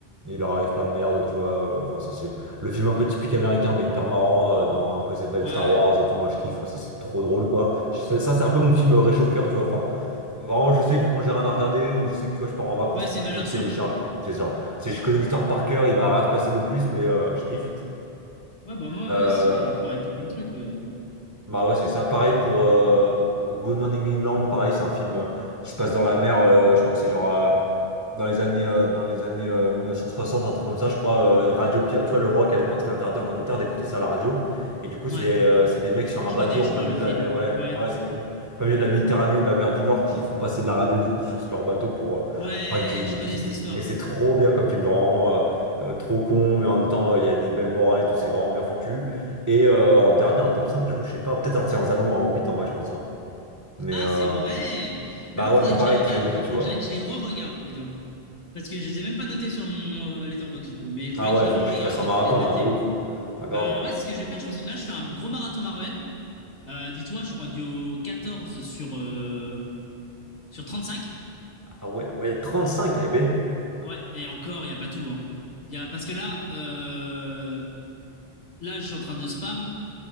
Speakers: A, on the right; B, on the left.
A: Et il leur arrive plein de merde, tu vois. euh, Enfin, ça c'est le film un peu typique américain, mais hyper marrant, euh, dans un peu cette vibe
B: Ouais.
A: Star Wars et tout. Moi, je kiffe, ça c'est trop drôle, quoi. Je- Ça, ça, c'est un peu mon film euh, réchauffe-cœur, tu vois. Enfin, vraiment, je sais que quand j'ai rien à regarder ou je sais que tu vois, je pars en vacances
B: Ouais, c'est
A: et tout,
B: une
A: je
B: valeur
A: me le
B: sûre.
A: télécharge. C'est ça. C'est, je connais l'histoire par cœur, il va rien se passer de plus, mais euh, je kiffe.
B: Ouais, bah moi,
A: Euh,
B: ouais, c'est pareil pour plein de trucs. Ouais.
A: bah ouais, c'est ça. Pareil pour euh, Good Morning England, pareil, c'est un film euh, qui se passe dans la mer. euh, je crois que c'est genre dans les années, euh, dans les années euh, 1960, un truc comme ça, je crois. euh, Radio Pirate, tu vois, le rock à l'époque, c'était interdit en Angleterre d'écouter ça à la radio. Et du coup,
B: Ouais.
A: c'est euh, c'est des mecs sur
B: Je
A: un bateau
B: connais,
A: en
B: je
A: plein
B: crois,
A: milieu
B: le
A: de
B: film.
A: la mer. Ouais,
B: Ouais.
A: ouais, c'est connu. Plein milieu de la Méditerranée ou de la mer du Nord qui font passer de la radio du coup sur leur bateau pour. euh,
B: Ouais,
A: Enfin, qui,
B: je connais
A: qui
B: cette
A: dit.
B: histoire.
A: Et c'est trop bien comme film, genre, vraiment, euh, euh, trop con, mais en même temps, euh, il y a des belles morales et tout, c'est vraiment bien foutu. Et euh, en dernier, en top 5, j'avoue, je sais pas. Peut-être un Seigneur des Anneaux, un Hobbit en vrai, je pense. hein. Mais
B: Ah,
A: euh,
B: c'est vrai! Mais
A: bah
B: moi,
A: ouais,
B: faudrait
A: mais pareil,
B: que je la regarde.
A: trilogie, tu
B: Faut
A: vois.
B: que j'aille- que je les re-regarde plutôt. Parce que je les ai même pas notés sur mon euh, Letterboxd du coup. Mais il faudrait
A: Ah
B: que
A: ouais,
B: je les
A: faut
B: re-regarde
A: que tu te fasses un marathon
B: et je vais les noter.
A: là, de ouf. Ah grave.
B: Bah ouais, c'est ce que je vais faire. Je pense que là, je fais un gros marathon Marvel. Euh, dis-toi, je suis rendu au 14 sur, euh, sur 35.
A: Ah ouais, ouais, 35, eh ben.
B: Ouais, et encore, il n'y a pas tout, hein. Y a... Parce que là, euh, Là, je suis en train de spam.